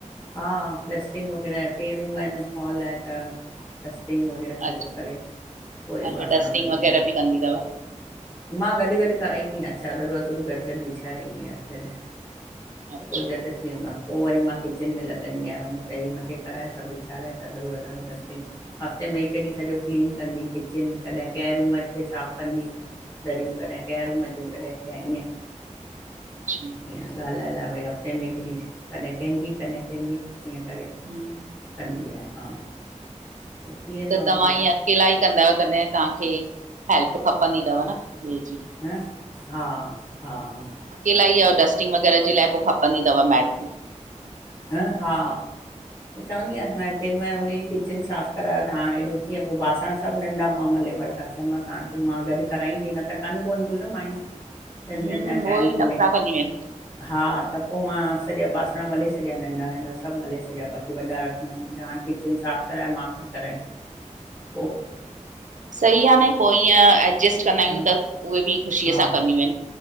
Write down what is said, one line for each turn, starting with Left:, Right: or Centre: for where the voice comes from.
Left: हा डस्टिंग वग़ैरह टे रूम आहिन हॉल आहे त! डस्टिंग वग़ैरह
Right: अच्छा,
Left: सॼो करे पो वरी
Right: अच्छा
Left: बासण
Right: डस्टिंग
Left: मलींदी!
Right: वग़ैरह बि कंदी तव?
Left: मां गॾ गॾ कराईंदी आयास चादर वादरूं गॾ गॾ विछारींदी आयास गॾ! त
Right: अच्छा,
Left: पो झट थी वेंदा! पो वरी मां किचन में लॻंदी आयां वञी पहिरीं हुनखे कराए सभ विछाराए चादरूं वधरूं डस्टिंग! हफ़्ते में हिक ॾींह सॼो क्लीन कंदी किचन तॾहिं कैर उमज खे साफ़ कंदी दरियूं कॾहिं कैर उमज जूं कॾहिं कंहिं ईअं।
Right: अच्छा!
Left: ईअं ॻाल्हाइ लाइ भई हफ़्ते में हिकु ॾींहुं कॾह कंहिंजी कॾहिं कंहिंजी ईअं करे।
Right: हम्म!
Left: कंदी आ, हा। पोइ थी वेंदो
Right: त
Left: आहे
Right: तव्हां
Left: मिड़ई
Right: ईअं अकेला ई कंदा आयो, तॾहिं ताहांखे हेल्प खपंदी तव न ॿे जी!
Left: ह, हा हा, हा।
Right: इलाई डस्टिंग वग़ैरह जे लाइ पो खपंदी तव, मैट बि
Left: ह, हा। चवंदी आयांस मां केॾि मल, हुनजी किचन साफ़ करायो त हाणे एॾो कीअं पो बासण सभ नंढा मां मले वठ चयमसां तूं, मां गॾ करायंई ती, न त कन कोन त्यूं न मायूं चअंदी
Right: हम्म,
Left: आइन,
Right: उहो
Left: टाइम
Right: ई नखरा
Left: कोन्हे,
Right: कंदियूं आहिनि।
Left: हा त पो मां सॼा बासण मले सॼा नंढा नंढा सभ मले छॾिया बाक़ी वॾा रखया मान मला, हाणे किचन साफ़ कराए मां थी करायंई। <inaudible>
Right: सही आ न पो ईअं एडजस्ट कंदा आयूं
Left: हा
Right: त उहे बि ख़ुशीअ
Left: हा
Right: सां कंदियूं आहिन।